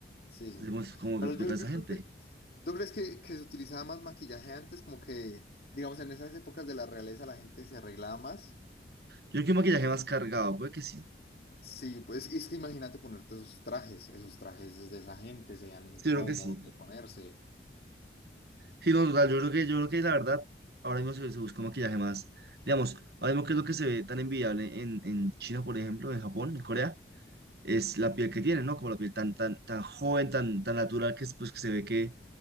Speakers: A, on the left; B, on the right.
A: Sí, sí.
B: Es como, como
A: Pero
B: que puta
A: yo,
B: esa
A: yo creo
B: gente.
A: que, ¿tú crees que, que se utilizaba más maquillaje antes? Como que, digamos, en esas épocas de la realeza la gente se arreglaba más.
B: Yo creo que un maquillaje más cargado, puede que sí.
A: Sí, pues es que imagínate ponerte esos trajes, esos trajes de esa gente serían incómodos
B: Sí, yo creo que sí.
A: de ponerse.
B: Sí, no, total, yo creo que, yo creo que la verdad, ahora mismo se, se busca un maquillaje más, digamos, ahora mismo que es lo que se ve tan envidiable en, en China, por ejemplo, en Japón, en Corea es la piel que tiene, ¿no? Como la piel tan, tan, tan joven, tan, tan natural, que, es, pues, que se ve que,